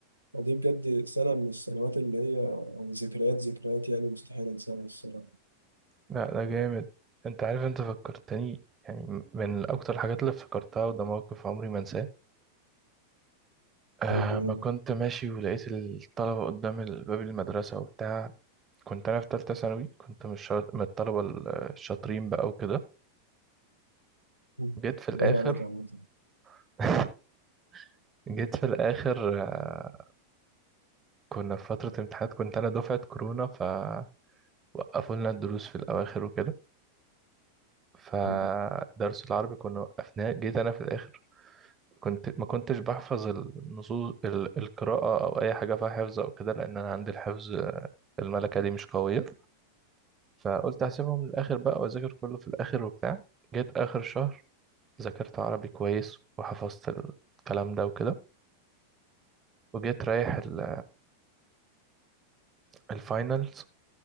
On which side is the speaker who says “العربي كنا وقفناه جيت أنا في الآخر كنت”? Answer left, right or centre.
Right